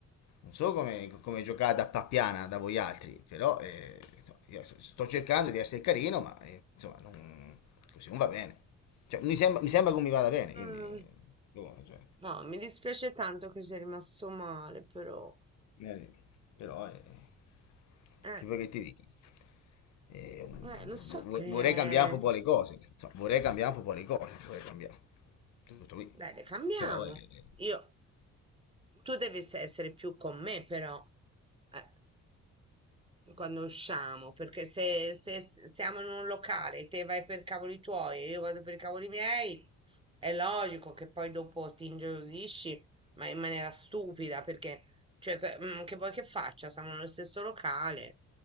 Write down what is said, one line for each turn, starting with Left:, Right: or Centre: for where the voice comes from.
Left: non so come, come giocare da pappiana da voi altri, però eh, insomma, io so, sto cercando di essere carino, ma eh, insomma, non- così non va bene. Cioè, mi sembra, mi sembra che mi vada bene, quindi...
Right: Mm,
Left: boh, cioè,
Right: no, mi dispiace tanto che sei rimasto male, però,
Left: eh, però, eh,
Right: eh.
Left: che vuoi che ti dica? Eh,
Right: Eh, lo so che...
Left: vo- vorrei cambiare un po' le cose, insomma, vorrei cambiare un po' le cose, vorrei cambiare tutto qui,
Right: Dai, le cambiamo.
Left: però... eh,
Right: Io... Tu devi se- essere più con me, però, eh, quando usciamo, perché se, se s- siamo in un locale, te vai per cavoli tuoi e io vado per i cavoli miei, è logico che poi dopo ti ingelosisci, ma in maniera stupida, perché, cioè, che, mm, che vuoi che faccia? Siamo nello stesso locale.